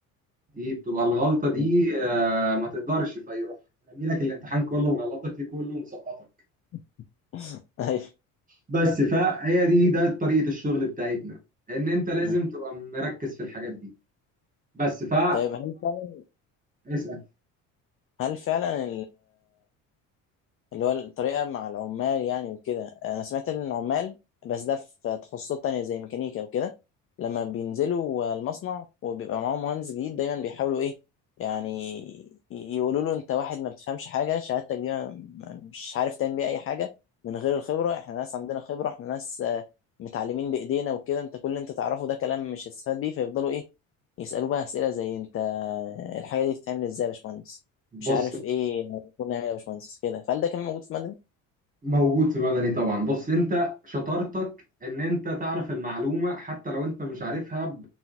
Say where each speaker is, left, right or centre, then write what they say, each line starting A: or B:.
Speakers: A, on the right (about 25°); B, on the left (about 40°).
A: دي بتبقى الغلطه دي
B: مم.
A: آه، ما تقدرش فيروح رامي لك الامتحان كله مغلطك فيه كله مسقطك
B: <laughs> ايوه
A: بس فهي دي ده طريقه الشغل بتاعتنا ان انت لازم
B: مم.
A: تبقى مركز في الحاجات دي بس فهم
B: طيب هل فعلا
A: اسأل
B: هل فعلا اللي هو الطريقة مع العمال يعني وكده أنا سمعت إن العمال بس ده في تخصصات تانية زي ميكانيكا وكده لما بينزلوا المصنع وبيبقى معاهم مهندس جديد دايما بيحاولوا إيه يعني ي- يقولوا له أنت واحد ما بتفهمش حاجة شهادتك دي ما- ما- مش عارف تعمل بيها أي حاجة من غير الخبرة إحنا ناس عندنا خبرة إحنا ناس آه، متعلمين بإيدينا وكده أنت كل اللي أنت تعرفه ده كلام مش هتستفاد بيه فيفضلوا إيه يسألوه بقى أسئلة زي أنت الحاجة دي بتتعمل إزاي يا باشمهندس
A: بص
B: مش عارف ايه كنا نعمل يا باشمهندس كده فهل ده كان موجود في مدني؟
A: موجود في مدني طبعا بص انت شطارتك ان انت تعرف المعلومة حتى لو انت مش عارفها ب-